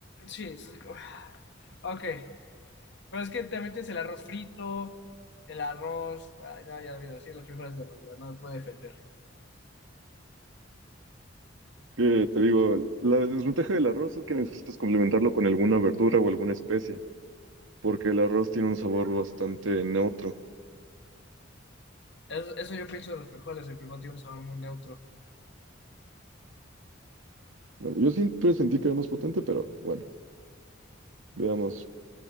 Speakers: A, on the left (about 65°); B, on the right (about 85°).
A: Sí, sí. Uf, Ok. Pero es que también tienes el arroz frito, el arroz. ay, no, ya olvido. Sí, los frijoles ganan, ya no me puedo defender.
B: Que te digo, la desventaja del arroz es que necesitas complementarlo con alguna verdura o alguna especie, porque el arroz tiene un sabor bastante neutro.
A: Eso, eso yo pienso de los frijoles. El frijol tiene un sabor muy neutro.
B: Bueno, yo siempre sentí que era más potente, pero bueno, veamos.